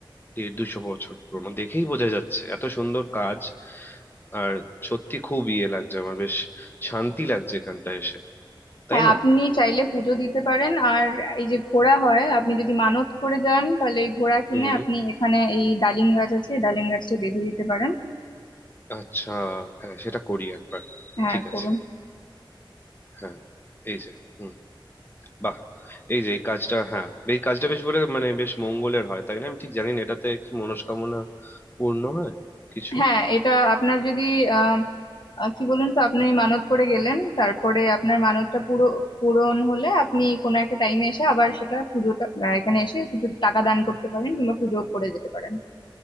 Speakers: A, on the left; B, on the left.
A: দেড় দুশো বছর পুরনো দেখেই বোঝা যাচ্ছে এত সুন্দর কাজ আর সত্যি খুব ইয়ে লাগছে আমার বেশ শান্তি লাগছে এখানটা এসে তাই
B: হ্যাঁ
A: না
B: আপনি চাইলে পুজো দিতে পারেন আর এই যে ঘোড়া হয় আপনি যদি মানত করে যান তাহলে এই ঘোড়া কিনে
A: হুম
B: আপনি এখানে এই ডালিম গাছ আছে এই ডালিম গাছটা বেঁধে দিতে পারেন
A: আচ্ছা হ্যাঁ সেটা করি একবার
B: হ্যাঁ
A: ঠিক আছে
B: করুন
A: হ্যাঁ এই যে হুম বাহ এই যে এই কাজটা হ্যাঁ এই কাজটা বেশ বলে মানে বেশ মঙ্গলের হয় তাই না আমি ঠিক জানি না এটাতে কি মনস্কামনা পূর্ণ হয় কিছু
B: হ্যাঁ এটা আপনার যদি আহ আহ, কি বলুন তো আপনি মানত করে গেলেন তারপরে আপনার মানতটা পুরো পূরণ হলে আপনি কোনো একটা টাইমে এসে আবার সেটা পুজোটা আহ, এখানে এসে কিছু টাকা দান করতে পারেন কিংবা পুজো করে যেতে পারেন